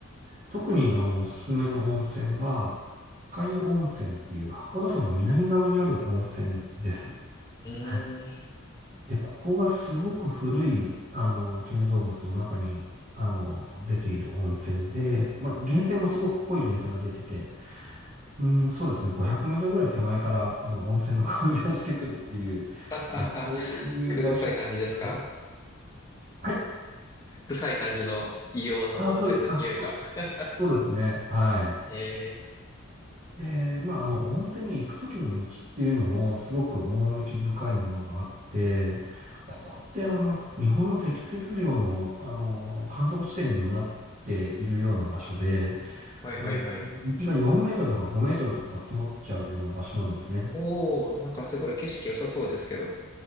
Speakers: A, on the right (about 40°); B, on the left (about 15°).
A: 特に、あの、おすすめの温泉が、深湯温泉っていう八甲田山の南側にある温泉です。
B: うーん。
A: はい。で、ここがすごく古い、あの、建造物の中に、あの、出ている温泉で、まあ、源泉もすごく濃い源泉が出てて、うん、そうですね。500メートルぐらい手前から、あの、温泉の香りがしてくるっていう、
B: <laughs>
A: まあ、そういう場所ですね。
B: 臭い感じですか
A: はい。
B: 臭い感じの硫黄の温泉の匂いが。
A: あ、そう、あ、そう、
B: <laughs>
A: そうですね。はい。
B: ええ
A: で、まあ、あの、温泉に行くときの道っていうのも、すごく趣深いものがあって、ここって、あの、日本の積雪量の、あの、観測地点にもなっているような場所で、
B: はいはいはい。
A: あの、雪が4メートルとか5メートルとか積もっちゃうような場所なんですね。
B: おー、なんかすごい景色良さそうですけど、